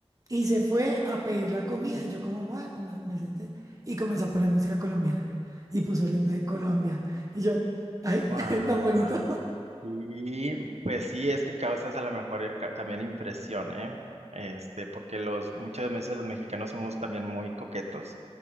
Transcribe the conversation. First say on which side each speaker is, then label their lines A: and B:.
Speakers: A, on the right (about 30°); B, on the right (about 85°).
A: Y se fue a pedir la comida y yo como, bueno, me, me senté y comenzó a poner música colombiana y puso el himno de Colombia. Y yo, ay,
B: wow.
A: <laughs> tan bonito.
B: Y pues sí, es que causas a lo mejor eh, ca- también impresión, ¿eh? Este, porque los, muchas veces los mexicanos somos también muy coquetos,